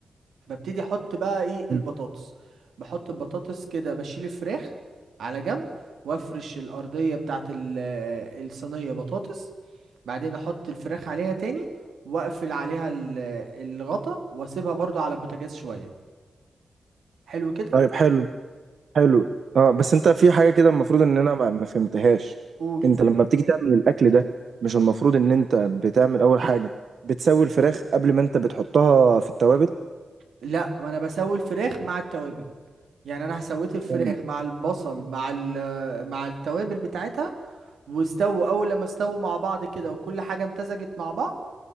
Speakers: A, on the right; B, on the right.
A: ببتدي احط بقى ايه البطاطس
B: مم.
A: بحط البطاطس كده بشيل الفراخ على جنب وافرش الارضيه بتاعت ال- آه، الصينيه بطاطس بعدين احط الفراخ عليها تاني واقفل عليها ال- آه، الغطا واسيبها برضو على البوتاجاز شويه حلو كده
B: طيب حلو حلو اه بس انت في حاجه كده المفروض ان انا ما ما فهمتهاش
A: قول
B: انت لما بتيجي تعمل الاكل ده مش المفروض ان انت بتعمل اول حاجه بتسوي الفراخ قبل ما انت بتحطها في التوابل
A: لا ما انا بسوي الفراخ مع التوابل يعني انا سويت الفراخ
B: تمام.
A: مع البصل مع ال- آه، مع التوابل بتاعتها واستووا اول لما استووا مع بعض كده وكل حاجه امتزجت مع بعض